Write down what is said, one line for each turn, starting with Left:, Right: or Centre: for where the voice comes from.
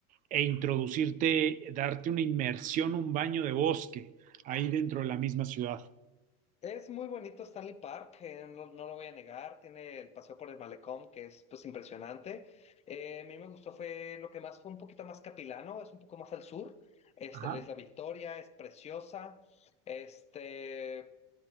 Right: e introducirte, darte una inmersión, un baño de bosque ahí dentro de la misma ciudad.
Left: Es muy bonito Stanley Park, eh, no, no lo voy a negar, tiene el paseo por el malecón que es pues impresionante. Eh, a mí me gustó fue lo que más fue un poquito más capilano, es un poco más al sur. Este,
Right: Ajá.
Left: la Isla Victoria es preciosa. Este,